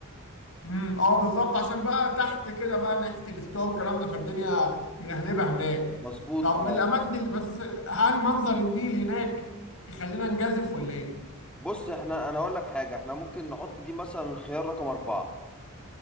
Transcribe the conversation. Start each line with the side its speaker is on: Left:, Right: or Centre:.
Left: امم اه بالظبط عشان بقى تحت كده بقى ناحيه الاستواء والكلام ده فالدنيا ملهلبه هناك
Centre: مظبوط
Left: طب
Centre: اه
Left: الاماكن
Centre: ف-
Left: اللي بس هل منظر النيل هناك يخلينا نجازف ولا ايه؟
Centre: بص احنا انا اقول لك حاجة احنا ممكن نحط دي مثلا خيار رقم اربعة